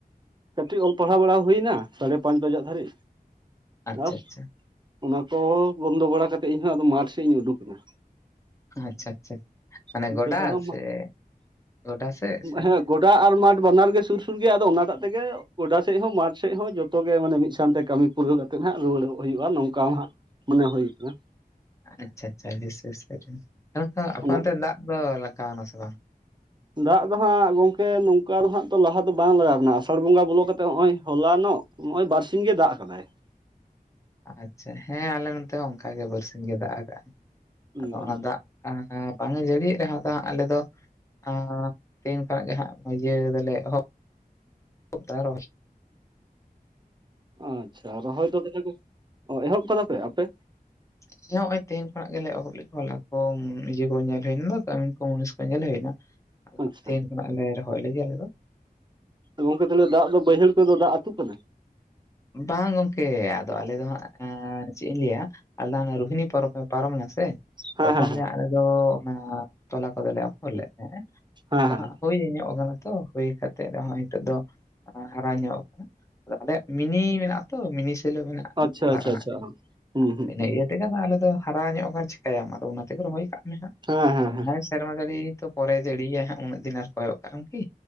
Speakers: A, on the right; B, on the left.
A: ᱠᱟᱹᱴᱤᱜ ᱚᱞ ᱯᱟᱲᱦᱟᱣ ᱵᱟᱲᱟ ᱦᱩᱭᱮᱱᱟ, ᱥᱟᱲᱮ ᱯᱟᱸᱪ ᱵᱟᱡᱟᱜ ᱫᱷᱟᱹᱨᱤᱜ ᱾
B: ᱟᱪᱪᱷᱟ
A: ᱟᱥ
B: ᱟᱪᱪᱷᱟ
A: ᱚᱱᱟ ᱠᱚ ᱵᱚᱱᱫᱚ ᱵᱟᱲᱟ ᱠᱟᱛᱮᱜ ᱤᱧ ᱦᱚᱸ ᱟᱫᱚ ᱢᱟᱴᱷ ᱥᱮ ᱤᱧ ᱩᱰᱩᱠ ᱮᱱᱟ᱾
B: ᱟᱪᱪᱷᱟ, ᱟᱪᱪᱷᱟ ᱢᱟᱱᱮ
A: ᱱᱤᱛᱚᱜ
B: ᱜᱚᱰᱟ
A: ᱫᱚ ᱟᱫᱚ
B: ᱥᱮ ᱜᱚᱰᱟ ᱥᱮᱫ ᱥᱮ
A: ᱦᱮᱸ ᱜᱚᱰᱟ ᱟᱨ ᱢᱟᱴᱷ ᱵᱟᱱᱟᱨ ᱜᱮ, ᱥᱩᱨ ᱥᱩᱨ ᱜᱮᱭᱟ ᱟᱫᱚ ᱚᱱᱟᱴᱟᱜ ᱛᱮᱜᱮ ᱜᱚᱰᱟ ᱥᱮᱫ ᱦᱚᱸ ᱢᱟᱴᱷ ᱥᱮᱜ ᱦᱚᱸ ᱡᱚᱛᱚ ᱜᱮ, ᱢᱟᱱᱮ ᱢᱤᱫ ᱥᱟᱶᱛᱮ ᱠᱟᱹᱢᱤ ᱯᱩᱨᱟᱹᱣ ᱠᱟᱛᱮᱜ ᱦᱟᱸᱜ ᱨᱩᱣᱟᱹᱲᱚᱜ ᱦᱩᱭᱩᱜᱼᱟ ᱱᱚᱝᱠᱟ ᱢᱟ ᱦᱟᱸᱜ ᱢᱚᱱᱮ ᱦᱩᱭᱩᱜᱼᱟ ᱾
B: ᱟᱪᱪᱷᱟ, ᱟᱪᱪᱷᱟ <inaudible> ᱟᱯᱮ
A: ᱚᱱᱟ
B: ᱚᱱᱛᱮ ᱫᱟᱜ ᱫᱚ ᱞᱟᱜᱟᱣᱟ ᱥᱮ ᱵᱟᱝ?
A: ᱫᱟᱜ ᱫᱚ ᱦᱟᱸᱜ ᱜᱚᱝᱠᱮ ᱱᱚᱝᱠᱟ ᱫᱚ ᱦᱟᱸᱜ ᱛᱚ ᱞᱟᱦᱟ ᱫᱚ ᱵᱟᱝ ᱞᱟᱜᱟᱣ ᱠᱟᱱᱟ, ᱟᱸᱥᱟᱲ ᱵᱚᱸᱜᱟ ᱵᱚᱞᱚ ᱠᱟᱛᱮᱫ ᱱᱚᱜᱼᱚᱭ ᱦᱚᱞᱟᱱᱚᱜ ᱱᱚᱜᱼᱚᱭ ᱵᱟᱨᱥᱤᱧ ᱜᱮ ᱫᱟᱜ ᱟᱠᱟᱫᱟᱭ ᱾
B: ᱟᱪᱪᱷᱟ ᱦᱮᱸ ᱟᱞᱮ ᱱᱚᱛᱮ ᱦᱚᱸ ᱚᱱᱠᱟᱜᱮ ᱵᱟᱨᱥᱤᱧ ᱜᱮ ᱫᱟᱜ ᱟᱠᱟᱜ ᱟᱭ ᱾
A: ᱦᱩᱸ
B: ᱟᱫᱚ
A: ᱦᱩᱸ
B: ᱚᱱᱟ ᱫᱟᱜ ᱵᱟᱝ ᱮ ᱡᱟᱹᱲᱤᱭᱮᱜ ᱨᱮᱦᱚ ᱟᱫᱚ ᱦᱟᱸᱜ ᱟᱞᱮ ᱫᱚ ᱟᱻ ᱛᱮᱦᱮᱧ ᱠᱷᱚᱱᱟᱜ ᱜᱮ ᱦᱟᱸᱜ ᱤᱭᱟᱹ ᱫᱚᱞᱮ ᱮᱦᱚᱜ <inaudible> ᱛᱟᱨ
A: ᱟᱪᱪᱷᱟ ᱨᱚᱦᱚᱭ ᱫᱚ <inaudible> ᱮᱦᱚᱵ ᱠᱟᱫᱟ ᱯᱮ ᱟᱯᱮ?
B: <inaudible> ᱦᱮᱸ ᱱᱚᱜᱼᱚᱭ ᱛᱮᱦᱮᱧ ᱠᱷᱚᱱᱟᱜ ᱜᱮᱞᱮ ᱮᱦᱚᱵ ᱞᱮᱜ ᱠᱚᱣᱟ ᱞᱮ ᱠᱚ ᱤᱭᱟᱹ ᱠᱚ ᱧᱮᱞ ᱦᱩᱭᱱᱟ ᱫᱚ ᱠᱟᱹᱢᱤᱱ ᱠᱚ ᱢᱩᱱᱤᱥ ᱠᱚ ᱧᱮᱞ ᱦᱩᱭᱱᱟ ᱾
A: ᱟᱪᱪᱷᱟ
B: ᱛᱮᱦᱮᱧ ᱠᱷᱚᱱᱟᱜ ᱞᱮ ᱨᱚᱦᱚᱭ ᱞᱤᱜᱤ ᱟᱞᱮ ᱫᱚ ᱾
A: ᱜᱚᱝᱠᱮ ᱛᱟᱦᱚᱞᱮ ᱫᱟᱜ ᱫᱚ ᱵᱟᱹᱭᱦᱟᱹᱲ ᱛᱮᱫᱚ ᱫᱟᱜ ᱟᱹᱛᱩᱜ ᱠᱟᱱᱟ?
B: ᱵᱟᱝ ᱜᱚᱝᱠᱮ ᱟᱫᱚ ᱟᱞᱮ ᱫᱚ ᱦᱟᱸᱜ ᱪᱮᱜ ᱤᱧ ᱞᱟᱹᱭᱟᱼᱼ ᱟᱞᱫᱟ ᱚᱱᱮ ᱨᱳᱦᱤᱱᱤ ᱯᱚᱨᱚᱵᱽ ᱢᱮ ᱯᱟᱨᱚᱢᱮᱱᱟ ᱥᱮ,
A: ᱦᱮᱸ
B: ᱛᱚᱠᱷᱚᱱ
A: ᱦᱮᱸ ᱦᱮᱸ
B: ᱜᱮ ᱟᱞᱮ ᱫᱚ ᱚᱱᱟ ᱛᱚᱞᱟ ᱠᱚᱫᱚᱞᱮ ᱟᱯᱷᱚᱨ ᱞᱮᱜ ᱛᱟᱦᱮᱸᱼᱟ
A: ᱦᱮᱸ
B: ᱟᱫᱚ
A: ᱦᱮᱸ
B: ᱦᱟᱸᱜ ᱦᱳᱭ ᱧᱚᱜ ᱟᱠᱟᱱᱟ ᱛᱚ ᱦᱩᱭ ᱠᱟᱛᱮᱜ ᱨᱮᱦᱚᱸ ᱦᱤᱛᱚᱜ ᱫᱚ ᱦᱟᱨᱟ ᱧᱚᱜ ᱟᱠᱟᱱᱟ ᱟᱫᱚ ᱟᱞᱮ ᱢᱤᱱᱤ ᱢᱮᱱᱟᱜᱼᱟ ᱛᱚ ᱢᱤᱱᱤ ᱥᱮᱞᱳ ᱢᱮᱱᱟᱜᱼᱟ
A: ᱟᱪᱪᱷᱟ
B: ᱚᱲᱟᱜ
A: ᱟᱪᱪᱷᱟ
B: ᱨᱮᱱᱟᱜ
A: ᱟᱪᱪᱷᱟ
B: ᱛᱮ
A: ᱦᱩᱸ ᱦᱩᱸ
B: ᱤᱱᱟᱹ
A: ᱦᱩᱸ
B: ᱛᱮ, ᱟᱞᱮ ᱫᱚ ᱦᱟᱨᱟ ᱧᱚᱜ ᱪᱤᱠᱟᱭᱟᱢ ᱟᱫᱚ ᱚᱱᱟ ᱛᱮᱜᱮ ᱨᱚᱦᱚᱭ ᱠᱟᱜ ᱢᱮ
A: ᱦᱮᱸ ᱦᱮᱸ ᱦᱮᱸ
B: ᱦᱟᱸᱜ ᱥᱮᱨᱢᱟ ᱡᱟᱲᱤ ᱛᱚᱼᱼ ᱯᱚᱨᱮ ᱡᱟᱹᱲᱤᱭᱮᱭᱟ ᱦᱟᱸᱜ ᱩᱱᱟᱹᱜ ᱫᱤᱱ ᱟᱨ ᱠᱚᱭᱚᱜ ᱠᱟᱜ ᱟᱢ ᱠᱤ?